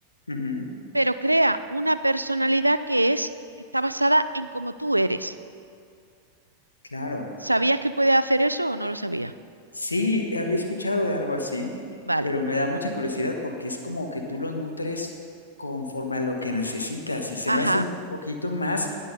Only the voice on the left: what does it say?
ujú,
claro.
Sí, había escuchado de algo así,
pero me da mucha curiosidad porque es como que tú lo nutres conforme a lo que necesitas y se
me hace un poquito más